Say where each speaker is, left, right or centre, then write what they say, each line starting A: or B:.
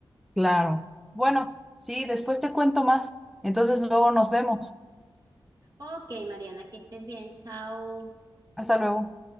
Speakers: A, in the centre; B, on the right.
A: Claro. Bueno, sí, después te cuento más. Entonces luego nos vemos.
B: Ok, Mariana, que estés bien. Chao.
A: Hasta luego.